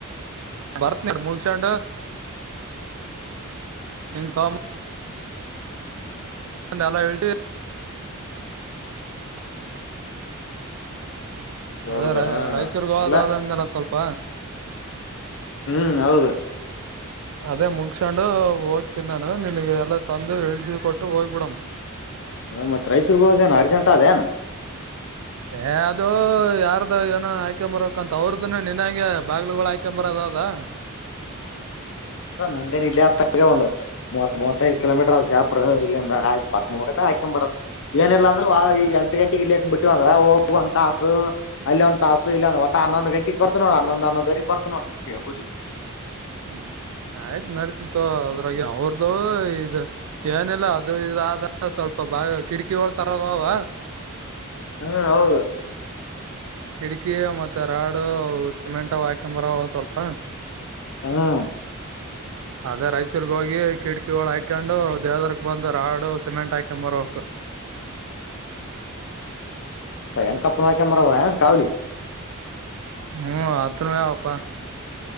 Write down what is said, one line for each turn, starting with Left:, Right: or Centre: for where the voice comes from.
Right: ಭರತ್ನಾ ಮುಗಸಂಡ ನಿಂತ ಅಂದ ಎಲ್ಲ ಹೇಳ್ತಿ
Left: ಹೌದೌದು
Right: ಅದೇ ರ
Left: ಹ
Right: ರಾಯಚೂರ್ಗ
Left: ಇಲ್ಲ
Right: ಹೋದಂದಲ್ಲ ಸ್ವಲ್ಪ
Left: ಹ್ಮ್ ಹೌದು
Right: ಅದೇ ಮುಗ್ಸೊಂಡು ಹೋಗ್ತನಿ ನಾನು ನಿನ್ಗೆ ಎಲ್ಲಾ ತಂದು ಎಳ್ಸ ಕೊಟ್ಟು ಹೋಗ್ಬಿಡಮ
Left: ಮತ್ ರೈಸೂರ್ಗ ಹೋದೇನ ಅರ್ಜೆಂಟ ಅದೇನ
Right: ಏ ಅದು ಯಾರ್ದು ಏನೋ ಆಯ್ಕೊಂಬರಕ್ಂತ ಅವ್ರದ್ದನ ನಿನ್ಂಗೆ ಬಾಗ್ಲುಗಳು ಹಯ್ಕೊಂಬರದ ಅದಾ
Left: ಹ್ಮ ನಂದ್ರ ನಂಗೇನ್ ಇಲ್ಲಿ ಆತ್ತ ಒಂದು ಮೂವತ್ತ್ವತ್ತೈಐದು ಕಿಲೋಮೀಟರ್ ಅ ಶಪ್ರ ಇಂದ ಆಯ್ತ್ ಪತ್ ಹಾಕೊ ಬರೋದು ಏನಿಲ್ಲ ಅಂದ್ರೆ ಈ ಹತ್ತು ಗಂಟೆಗೆ ಇಲ್ಲಿ ಬಿಟ್ಟು ಅಂದ್ರ ಹೋಗುವ ಅಂತ ಅಲ್ಲಿದ ತಾಸು ಇಲ್ಲಿದು ಒತ್ತ ಹನ್ನೊಂದು ಗಂಟೆಗೆಗ್ ಬತ ನೋಡ ಹನ್ನೊಂದು ಹನ್ನೊಂದವರಿಗೆಗ್ ಬರ್ತ ನೋಡ್ ಊ
Right: ಹ್ಮ್ ಆಯ್ತು ನಡತಿತ್ತು ಅದ್ರಾಗ ಅವ್ರದುು ಇ ಏನಿಲ್ಲ ಅದು ಇದ ಆದ ಸ್ವಲ್ಪ ಬ ಕಿಟಕಿ ಹೊಳ್ತಾರವವ
Left: ಹ್ಮ ಹೌದು
Right: ಕಿಟಕಿ ಮತ್ತೆ ರಾಡು ಸಿಮೆಂಟ್ ವಾಕಂಬರ ಸ್ವಲ್ಪ
Left: ಹಾ
Right: ಅದೇ ರೈಚೂರ್ಗ ಹೋಗಿ ಕಿಟಕಿಳ ಹಾಕೊಂಡು ದೇವದ್ರ ಬಂದ ರಾಡು ಸಿಮೆಂಟ್ ಹಾಕೊಂಡ್ ಬರಕ್ <inaudible>
Left: ನ ಕಪ್ಪನಕ ಮರ ಕಾವಲಿ
Right: ಹ್ಮ್ ಅತ್ರನ ಯಪ್ಪಾ